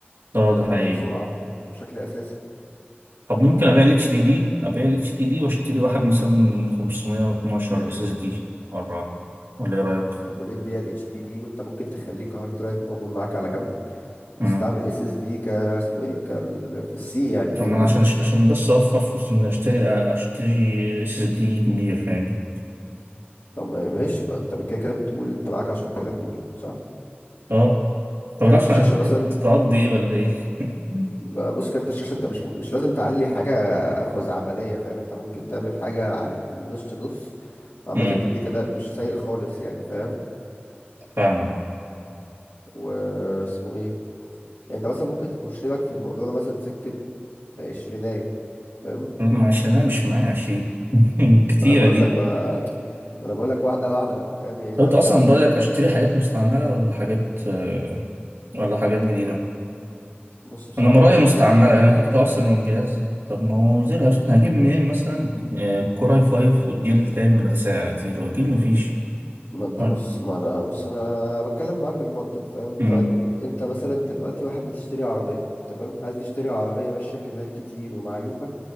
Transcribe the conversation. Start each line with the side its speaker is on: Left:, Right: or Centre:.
Right: اه
Left: محتاج
Right: ده حقيقي
Left: سرعه بشكل اساسي
Right: طب ممكن ابيع
Left: فاهم
Right: الاتش دي دي ابيع الاتش دي دي واشتري واحد مثلا 512 اس اس دي اربعة ولا ايه رايك
Left: طب وليه تبيع الاتش دي دي وانت ممكن تخليه كهارد درايف موجود معاك على جنب وتستعمل
Right: امم
Left: اس اس دي ك اسمه ايه كال في السي يعني
Right: طب
Left: فاهمني
Right: ما انا عشان عشان بس اوفر فلوس اني اشتري اشتري اس اس دي كبير فاهمني
Left: طب ما- ماشي ما انت كده كده بتقول انت معاك 10000 جنيه صح
Right: اه طب
Left: كارت
Right: الاحسن
Left: الشاشه
Right: هت-
Left: مثلا
Right: هتقضي ايه ولا ايه <laughs>
Left: ما- بص كارت الشاشه انت مش مش لازم تعلي حاجه خزعبليه فاهم انت ممكن تعمل حاجه على نص نص وعامه
Right: امم
Left: تديك اداء مش سيء خالص يعني فاهم
Right: فاهمك
Left: واسمه ايه يعني انت مثلا ممكن تخش لك في الموضوع ده مثلا سكه عشرينية فاهم
Right: لا، ما عشان انا مش معايا عشرين <laughs> كتيره
Left: ما انا بقول
Right: دي
Left: لك ما ما انا بقول لك واحده واحده بقى فاهم يعني
Right: طب
Left: انت
Right: انت
Left: مثلا
Right: اصلا
Left: ممكن
Right: رايك اشتري حاجات مستعمله ولا حاجات آه، ولا حاجات جديده
Left: بص بصراحه
Right: انا من رايي
Left: انا بفضل
Right: مستعمله
Left: الزيرو
Right: لان كده كده اصلا الجهاز طب ما هو زي الهاوس هجيب منين مثلا آه، كور اي 5 جيل تاني ولا تسعة زيرو اكيد مفيش
Left: ما انت
Right: ولا
Left: بص ما انا بص انا بتكلم معاك بالمنطق فاهم
Right: مم.
Left: طيب انت مثلا دلوقتي واحد بتشتري عربية تمام هل تشتري عربية ماشية كيلوهات كتير ومعيوبة